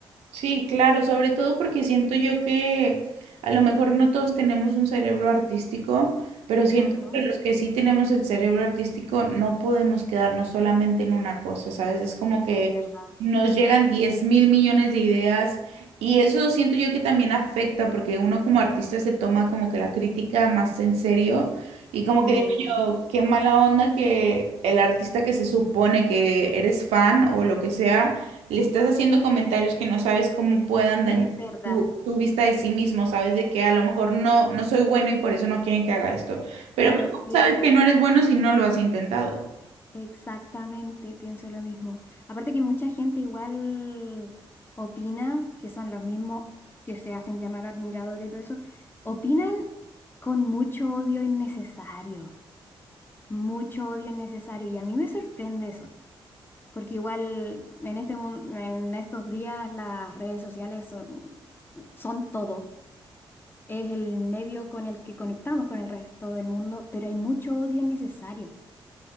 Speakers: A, on the right (about 85°); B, on the left (about 20°).
A: Sí, claro, sobre todo porque siento yo que a lo mejor no todos tenemos un cerebro artístico, pero siento
B: Ujú,
A: que los que sí tenemos el cerebro artístico no podemos quedarnos solamente en una cosa, ¿sabes? Es como que
B: Es verdad,
A: nos llegan diez mil millones de ideas y eso siento yo que también afecta porque uno como artista se toma como que la crítica más en serio y como
B: Mm,
A: que digo yo, qué mala onda que el artista que se supone que eres fan o lo que sea le estás haciendo comentarios que no sabes cómo puedan dañar
B: es verdad.
A: tu, tu vista de sí mismo, sabes de que a lo mejor no, no soy bueno y por eso no quieren que haga esto. Pero
B: claro,
A: pues, ¿cómo
B: Eh,
A: sabes que no eres bueno si no lo has intentado?
B: Exactamente, pienso lo mismo. Aparte que mucha gente igual opina, que son los mismos que se hacen llamar admiradores y todo eso, opinan con mucho odio innecesario, mucho odio innecesario. Y a mí me sorprende eso, porque igual en este, mun- en estos días las redes sociales son, son todo. Es el medio con el que conectamos con el resto del mundo, pero hay mucho odio innecesario.